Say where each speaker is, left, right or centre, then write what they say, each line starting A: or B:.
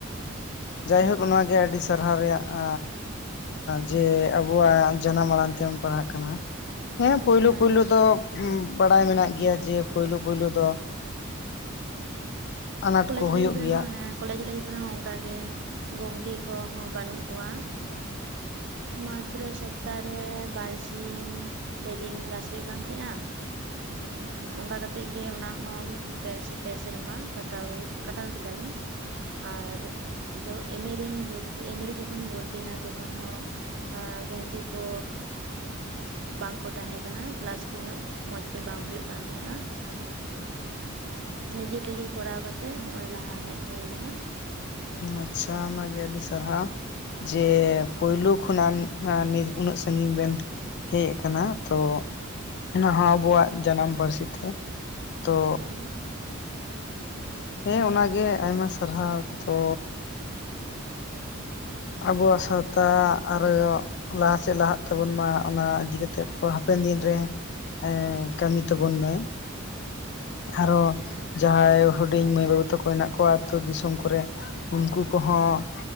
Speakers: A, on the left (about 55°); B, on the right (about 60°).
A: ᱡᱟᱭᱦᱳᱠ
B: ᱦᱮᱸ
A: ᱚᱱᱟ ᱜᱮ ᱟᱹᱰᱤ ᱥᱟᱨᱦᱟᱣ ᱨᱮᱭᱟᱜ ᱾ ᱡᱮ ᱟᱵᱚᱣᱟᱜ ᱡᱟᱱᱟᱢ ᱟᱲᱟᱝ ᱛᱮᱢ ᱯᱟᱲᱦᱟᱜ ᱠᱟᱱᱟ ᱾ ᱦᱮᱸ ᱯᱩᱭᱞᱩ
B: ᱦᱮᱸ
A: ᱯᱩᱭᱞᱩ ᱫᱚ ᱵᱟᱲᱟᱭ ᱢᱮᱱᱟᱜ ᱜᱮᱭᱟ ᱡᱮ ᱯᱩᱭᱞᱩ ᱯᱩᱭᱞᱩ ᱫᱚ ᱟᱱᱟᱴ
B: ᱠᱚᱞᱮᱡᱽ
A: ᱠᱚ ᱦᱩᱭᱩᱜ
B: ᱞᱟᱭᱤᱯᱷ
A: ᱜᱮᱭᱟ
B: ᱨᱮᱦᱚᱸ ᱦᱮᱸ ᱠᱚᱞᱮᱮᱡ ᱞᱟᱭᱤᱯᱷ ᱨᱮᱦᱚᱸ ᱚᱱᱠᱟᱜ ᱜᱮ ᱜᱚᱝᱠᱮ ᱠᱚᱦᱚᱸ ᱵᱟᱹᱱᱩᱜ ᱠᱚᱣᱟ ᱾ ᱢᱟᱛᱨᱚ ᱥᱚᱯᱛᱟᱦᱚ ᱨᱮ ᱵᱟᱨᱥᱤᱧ ᱾ ᱯᱮ ᱫᱤᱱ ᱠᱮᱞᱟᱥ ᱦᱳᱭᱳᱜ ᱠᱟᱱ ᱛᱟᱦᱮᱸᱜᱼᱟ ᱚᱱᱠᱟ ᱠᱟᱛᱮᱜ ᱜᱮ ᱚᱱᱟ ᱦᱚᱸ ᱯᱮ ᱥᱮᱨᱢᱟ ᱠᱟᱴ ᱾ ᱟᱣ ᱠᱟᱴᱟᱣ ᱠᱮᱫ ᱫᱟᱞᱤᱧ ᱟᱨ ᱮᱢᱨᱤᱤᱧ ᱮᱢ ᱨᱮ ᱡᱚᱠᱷᱚᱱᱤᱧ ᱵᱷᱚᱨᱛᱤᱭᱮᱱᱟ ᱛᱚᱠᱷᱚᱱ ᱦᱚᱸ ᱟᱨ ᱜᱚᱝᱠᱮ ᱠᱚ ᱵᱟᱝᱠᱚ ᱛᱟᱦᱮᱸ ᱠᱟᱱᱟ ᱠᱮᱞᱟᱥ ᱠᱚ ᱩᱱᱟᱹᱜ ᱢᱚᱸᱡᱽᱛᱮ ᱵᱟᱝ ᱦᱩᱭᱩᱜ ᱠᱟᱱ ᱛᱟᱦᱮᱸᱫᱼᱟ ᱾ ᱱᱤᱡᱮ ᱛᱮᱜᱮ ᱠᱚᱨᱟᱣ ᱠᱟᱛᱮ ᱦᱚᱸᱜᱼᱚᱭ ᱞᱟᱦᱟ ᱦᱮᱡ ᱦᱩᱭ ᱠᱟᱱᱟ ᱾
A: ᱟᱪᱪᱷᱟ ᱚᱱᱟᱜᱮ ᱟᱹᱰᱤ ᱥᱟᱨᱦᱟᱣ ᱾ ᱡᱮ ᱯᱳᱭᱞᱳ ᱠᱷᱚᱱᱟᱜ ᱱᱤᱛ ᱩᱱᱟᱹᱜ ᱥᱟᱹᱜᱤᱧ ᱵᱮᱱ ᱦᱮᱡ ᱟᱠᱟᱱᱟ ᱛᱚ ᱚᱱᱟᱦᱚᱸ ᱟᱵᱚᱣᱟᱜ ᱡᱟᱱᱟᱢ ᱯᱟᱹᱨᱥᱤ ᱛᱮ ᱾ ᱛᱚ
B: ᱦᱮᱸ
A: ᱦᱮᱸ ᱚᱱᱟᱜᱮ ᱟᱭᱢᱟ ᱥᱟᱨᱦᱟᱣ ᱛᱚ ᱟᱵᱚᱣᱟᱜ ᱥᱟᱶᱛᱟ ᱟᱨᱚ ᱞᱟᱦᱟ ᱥᱮᱫ ᱞᱟᱦᱟᱜ ᱛᱟᱵᱚᱱ ᱢᱟ ᱚᱱᱟ ᱤᱫᱤᱛᱮᱫ ᱦᱟᱯᱮᱱ ᱫᱤᱱ ᱨᱮ ᱾ ᱠᱟᱹᱢᱤ ᱛᱟᱵᱚᱱ ᱢᱮ ᱟᱨᱚ
B: ᱦᱮᱸ
A: ᱡᱟᱦᱟᱸᱭ ᱦᱩᱰᱤᱧ ᱢᱟᱹᱭ ᱵᱟᱹᱵᱩ ᱛᱟᱠᱚ ᱦᱮᱱᱟᱜ ᱠᱚᱣᱟ ᱟᱹᱛᱩ ᱫᱤᱥᱚᱢ ᱠᱚᱨᱮ ᱩᱱᱠᱩ ᱠᱚᱦᱚᱸ ᱾